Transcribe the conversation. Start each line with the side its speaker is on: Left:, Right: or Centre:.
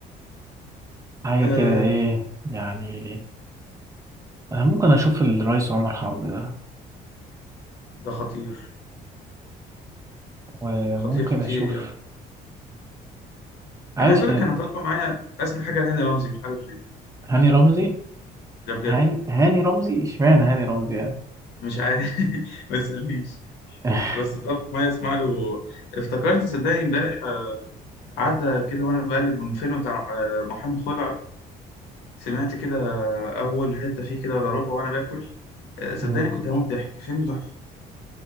Right: حاجة
Left: آه،
Right: كده إيه
Left: آه،
Right: يعني أنا ممكن أشوف الرئيس عمر حرب ده
Left: ده خطير
Right: وممكن
Left: خطير خطير
Right: أشوف
Left: يعني
Right: عايز
Left: انا عايز اقول لك انا طالبه معايا اسمع حاجه لهاني رمزي مش عارف ليه
Right: هاني رمزي
Left: ده بجد
Right: هاني, هاني رمزي إشمعنى هاني رمزي يعني
Left: مش عارف <laughs> ما تسألنيش
Right: <laughs>
Left: بس طب ما اسمع له افتكرت صدقني امبارح آه، عدى كده وانا بقلب من الفيلم بتاع آه، محامي خلع سمعت كده آه، اول حتة فيه كده ولا ربع وانا باكل آه، صدقني
Right: مم.
Left: كنت هموت ضحك فيلم تحفة